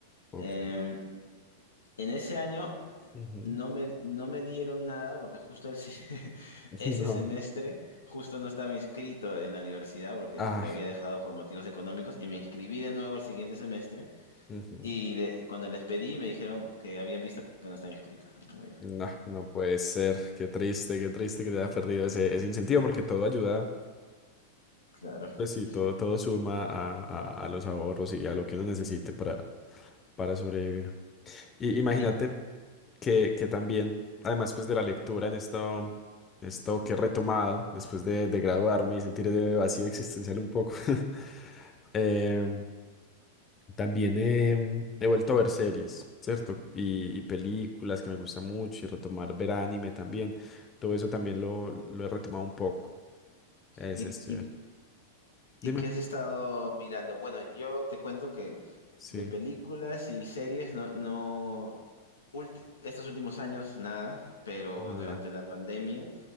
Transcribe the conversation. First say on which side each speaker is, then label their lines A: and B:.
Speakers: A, on the left; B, on the left.
A: ok.
B: Eh, en ese año
A: Ujú.
B: no me, no me dieron nada porque justo el si- <laughs>
A: <laughs>
B: ese
A: No.
B: semestre justo no estaba inscrito en la universidad porque
A: Ah,
B: lo había dejado por motivos económicos y me inscribí de nuevo el siguiente semestre
A: ujú.
B: y le- cuando les pedí me dijeron que habían visto que no estaba inscrito y no me dieron.
A: No, no puede ser. Qué triste, qué triste que te haya perdido ese, ese incentivo porque todo ayuda
B: Claro.
A: Pues sí, todo, todo suma
B: ¿Y,
A: a, a- a los ahorros y a lo que uno necesite para, para sobrevivir. Y imagínate
B: y,
A: que, que también, además pues de la lectura en esto, esto que he retomado después de, de graduarme y sentir de vacío existencial un poco, <laughs> em, también em, he vuelto a ver series, ¿cierto? Y, y películas que me gustan mucho y retomar ver anime también. Todo eso también lo, lo he retomado un poco. Ese
B: y,
A: es chévere.
B: y- y
A: Dime.
B: qué has estado mirando? Bueno, yo te cuento que
A: Sí.
B: de películas y series no, no, ulti- estos últimos años nada, pero
A: No
B: durante
A: da.
B: la pandemia